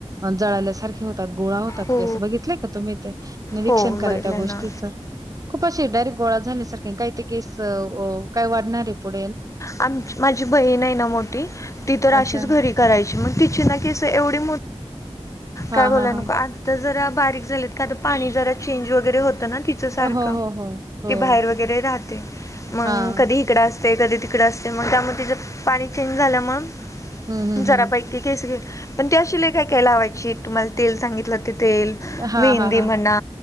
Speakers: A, on the right; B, on the left.
A: जळाल्यासारखे गोळा होतात
B: हो.
A: की अस बघितलं का तुम्ही ते निरीक्षण
B: हो
A: करा
B: बघितलं
A: त्या गोष्टीच
B: ना
A: खूप असे डायरेक्ट गोळा झाल्या सारखे काही ते केस काय वाढणारे पुढ
B: आ माझी बहीण नाही ना मोठी ती तर
A: अच्छा.
B: अशीच घरी करायची मग तिची ना किस एवढी
A: हां,
B: का ब
A: हां, हां.
B: आ बारीक झात का पाणी जरा चेंज वगैरे होत ना तिच
A: हो,
B: सारखं
A: हो, हो, हो.
B: ते बाहेर वगैरे राह मग
A: हां.
B: कधी इकडं असते कधी तिकड असते मग त्यामुळे तिचं पाणी चेंज झाल्यामुळे
A: हं, हं,
B: जरापैकी
A: हं.
B: केस घे पण ते अशिले काय कायला हवायची तुम्हाला तेल सांगितलं तेल
A: हां,
B: मींद
A: हां, हां.
B: म्हना